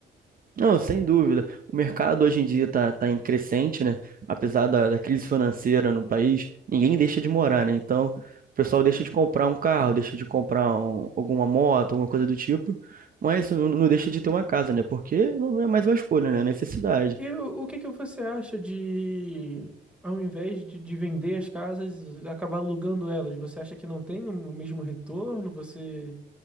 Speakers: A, on the right; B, in the centre.
A: Não, sem dúvida. O mercado hoje em dia tá, tá em crescente, né? Apesar da, da crise financeira no país, ninguém deixa de morar, né? Então, o pessoal deixa de comprar um carro, deixa de comprar um- alguma moto, alguma coisa do tipo, mas não, não deixa de ter uma casa, né? Porque não é mais uma escolha, né? É necessidade.
B: E o, o que que você acha de, ao invés de, de vender as casas, acabar alugando elas? Você acha que não tem o mesmo retorno? Você,